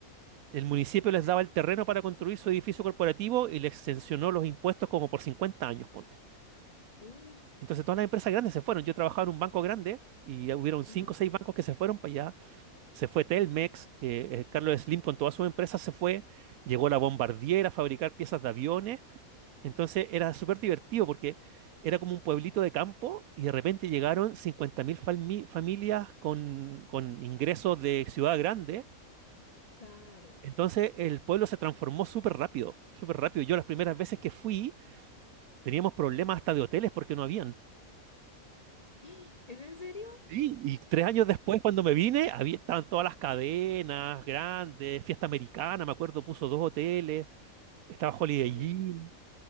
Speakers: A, on the right (about 80°); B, on the left (about 35°).
A: El municipio les daba el terreno para construir su edificio corporativo y les exencionó los impuestos como por 50 años, ponte.
B: Uh,
A: Entonces todas las empresas grandes se fueron. Yo trabajaba en un banco grande y hubieron cinco
B: Ajá.
A: o seis bancos que se fueron para allá Se fue Telmex, eh, eh, Carlos Slim con toda su empresa se fue, llegó la Bombardier a fabricar piezas de aviones, entonces era súper divertido porque era como un pueblito de campo y de repente llegaron 50.000 fami- familias con, con ingresos de ciudad grande,
B: claro.
A: entonces el pueblo se transformó súper rápido, súper rápido. Yo las primeras veces que fui teníamos problemas hasta de hoteles porque no habían.
B: <gasps> ¿Es en serio?
A: Sí, y Tres años después, cuando me vine, había, estaban todas las cadenas grandes, fiesta americana, me acuerdo, puso dos hoteles. Estaba Holiday
B: Uy,
A: Inn.